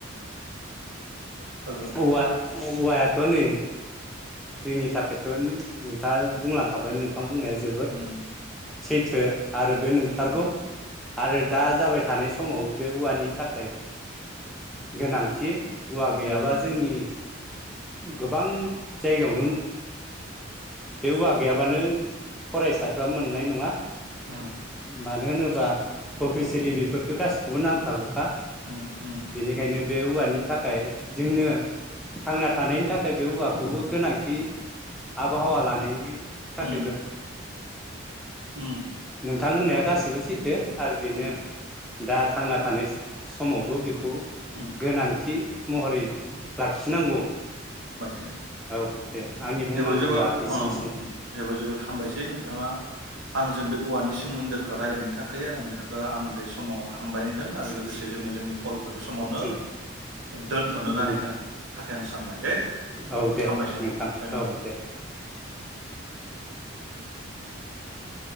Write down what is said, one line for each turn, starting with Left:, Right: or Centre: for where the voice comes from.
Right: हेलौ
Centre: औवा औवायाथ' नै जोंनि थाखायथन नोंथाङा बुंलांखाबाय नों थां बुंनाया जोबोद
Right: उम
Centre: सैथो। आरो बे नोंथारगौ
Right: उम
Centre: आरो दा जाबाय थानाय समावबो बे उवानि था खाय गोनांथि। औवा गैयाबा
Right: उम
Centre: जोंनि गोबां जायगायावनो बे उवा गैयाबानो फरायसा फ्रा मोननाय नङा
Right: उम
Centre: मानो होनोबा अफिसियेलि बेफोरखो गासिखोबो नांखागौखा
Right: उम उम
Centre: बेनिखायनो बे औवानि थाखाय जोंनो थांना थानायनि थाखाय बे औवा खौबो गोनांथि आबहावा लानायनि थाखायबो।
Right: उम उम
Centre: नोंथां। गासैबो सैथो आरो बेनो
Right: उम
Centre: दा थांना थानाय समावबो बेखौ
Right: उम
Centre: गोनांथि महरै लाखिनांगौ।
Right: ओम
Centre: औ दे आंनि बुंनांगौआ
Right: जोबोद जोबोद
Centre: एसेनोसै
Right: ओ जोबोद जोबोद हामबायसै नोंथाङा आंजों बे औवानि सो सोमोन्दोखौ रायलायनो थाखै आरो नों दाखो आं बे समाव हामबाय होनदों आरो लोगोसे जोङो जोंनि कलखो बे समावनो
Centre: उम
Right: दोनथ'नो होननाय
Centre: उम
Right: थाखाय आं सानबाय दे
Centre: औ दे
Right: हामबायसै
Centre: नोंथां
Right: धन्यबाद।
Centre: औ दे